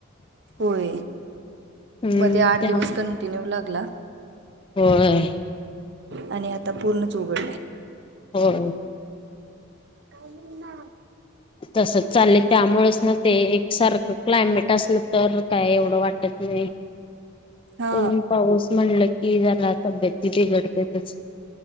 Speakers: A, on the right (about 55°); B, on the left (about 25°).
A: होय
B: हम्म
A: मध्ये आठ
B: त्यामुळं
A: दिवस कंटिन्यू लागला
B: होय
A: आणि आता पूर्णच उघडले
B: हो
A: का ना
B: तस चाललं त्यामुळेच ना ते एकसारखं क्लायमेट असलं तर काय एवढं वाटत नाही
A: हा
B: ऊन पाऊस म्हणलं की जला तब्येत बिघडतेच